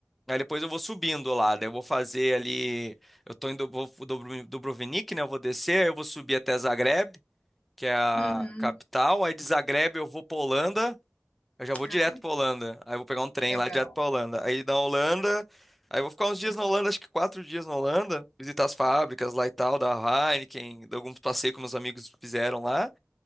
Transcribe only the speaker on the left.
Uhum.
Ai,
legal,